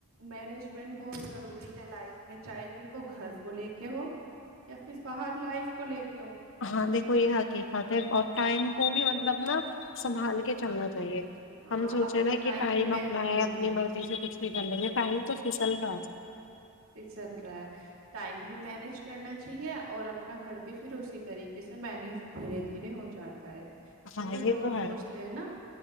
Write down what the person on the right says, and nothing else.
مینجمنٹ بہت ضروری ہے لائف میں چاہے پھر وہ گھر کو لے کے ہو یا پھر باہر لائف کو لے کے ہو
ہاں
اپنا
بھی میں
ہوں
پھر چل رہا ہے ٹائم بھی مینج کرنا چاہیے اور اپنا گھر بھی پھر اسی طریقے سے مینیج دھیرے دھیرے ہو جاتا ہے دیکھو
لوگ
سوچتے ہے نا